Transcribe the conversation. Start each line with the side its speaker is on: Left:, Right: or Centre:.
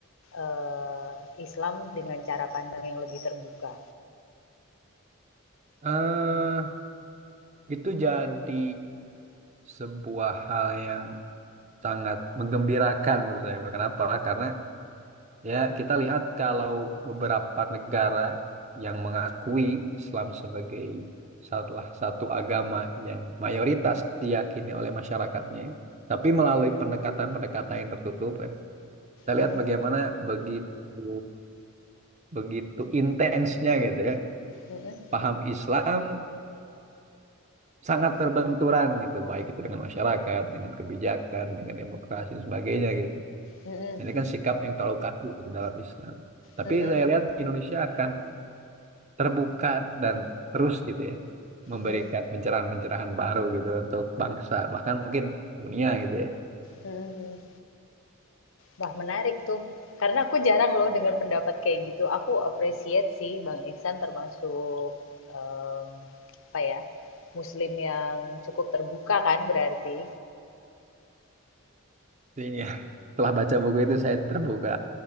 Left: eh, Islam dengan cara pandang yang lebih terbuka?
Right: eh itu jadi sebuah hal yang sangat menggembirakan menurut saya. Kenapa? Karena ya kita lihat kalau beberapa negara yang mengakui Islam sebagai salah satu agama yang mayoritas diyakini oleh masyarakatnya, tapi melalui pendekatan-pendekatan yang tertutup kan. Kita
Left: Mhm,
Right: lihat bagaimana begitu begitu intensnya gitu ya.
Left: mhm,
Right: Paham Islam sangat terbenturan gitu, baik itu dengan masyarakat, dengan kebijakan, dengan demokrasi dan sebagainya gitu.
Left: mhm,
Right: Ini kan sikap yang terlalu kaku gitu dalam Islam. Tapi
Left: mhm,
Right: saya lihat Indonesia akan terbuka dan terus gitu ya memberikan
Left: mhm,
Right: pencerahan-pencerahan baru gitu untuk bangsa, bahkan mungkin dunia gitu ya.
Left: mhm. Wah, menarik tuh. Karena aku jarang loh dengar pendapat kayak gitu. Aku appreciate sih Bang Iksan termasuk em, apa ya? Muslim yang cukup terbuka kan berarti.
Right: Jadi ya, setelah baca buku itu saya terbuka.